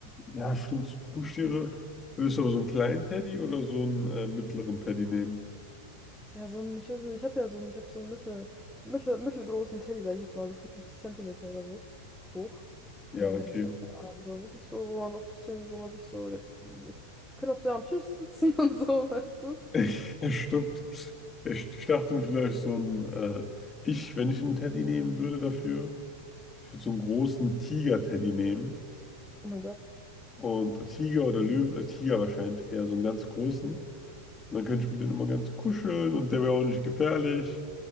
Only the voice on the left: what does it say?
ja, stimmt. Haustiere. Willst du aber so einen kleinen Teddy oder so einen äh, mittleren Teddy nehmen?
Ja,
okay.
<laughs> Ja, stimmt. Ich, ich dachte mir vielleicht so ein, äh, ich, wenn ich einen Teddy nehmen würde dafür, ich würde so einen großen Tiger-Teddy nehmen.
Und Tiger oder Löwe, äh, Tiger wahrscheinlich eher so einen ganz großen. Und dann könnte ich mit dem immer ganz kuscheln und der wäre auch nicht gefährlich.